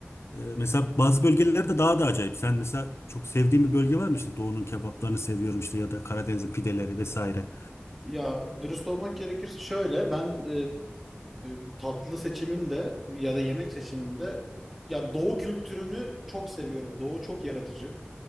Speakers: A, on the left; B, in the centre.
A: Ee, mesela bazı bölgelerde daha da acayip. Sen mesela çok sevdiğin bir bölge var mı işte Doğu'nun kebaplarını seviyorum işte ya da Karadeniz'in pideleri vesaire.
B: Ya dürüst olmak gerekirse şöyle ben e, tatlı seçimimde ya da yemek seçimimde ya Doğu kültürünü çok seviyorum. Doğu çok yaratıcı.